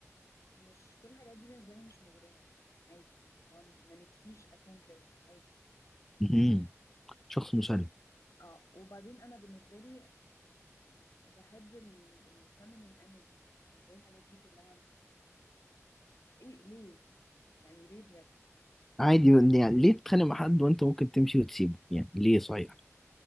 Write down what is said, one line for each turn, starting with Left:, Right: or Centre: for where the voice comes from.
Left: مش كل الحاجات دي بالنسبه لي مش مغريه يعني عادي اللي هو ما نفسيش اكون كده عادي
Centre: مهم. شخص مسالم
Left: اه وبعدين انا بالنسبه لي بحب الفيمينين انرجي يعني بالنسبه لي الحاجات دي كلها ايه ليه يعني ليه بجد
Centre: عادي يعني ليه تتخانق مع حد وانت ممكن تمشي وتسيبه يعني ليه صحيح